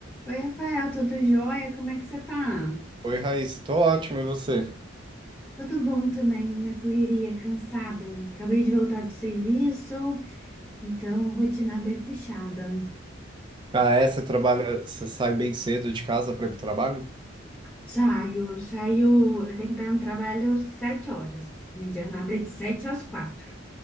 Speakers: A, in the centre; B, on the right.
A: Oi, Rafael, tudo jóia? Como é que você tá?
B: Oi, Raíssa, tô ótimo, e você?
A: Tudo bom também, na correria, cansada. Acabei de voltar do serviço, então rotina bem puxada.
B: Ah, é, você trabalha, você sai bem cedo de casa para ir para o trabalho?
A: Saio, saio, eu tenho que estar no trabalho sete horas. Minha jornada é de sete às quatro.